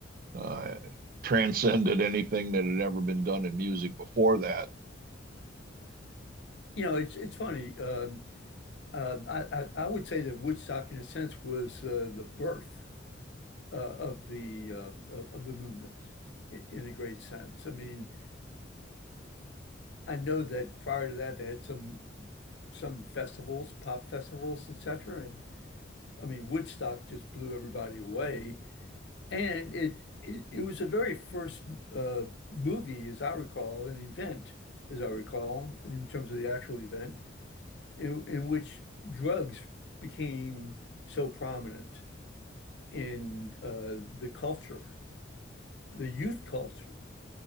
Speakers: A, on the right; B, on the left.
A: uh, transcended anything that had ever been done in music before that.
B: you know, it's it's funny. Um, Um, I, I, I would say that Woodstock, in a sense, was uh, the birth uh, of the uh, of, of the movement in, in a great sense. I mean, I know that prior to that, they had some some festivals, pop festivals, etc. And I mean, Woodstock just blew everybody away, and it it, it was the very first uh, movie, as I recall, an event, as I recall, in terms of the actual event, in, in which drugs became so prominent. in uh, the culture, the youth culture